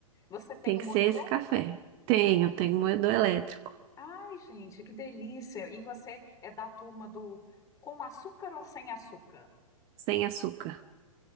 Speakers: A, on the left (about 20°); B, on the right (about 30°).
A: Você tem
B: tem
A: o
B: que
A: moedor?
B: ser esse café. Tenho, tenho moedor elétrico,
A: Ai, gente, que delícia. E você é da turma do com açúcar ou sem açúcar?
B: sem açúcar.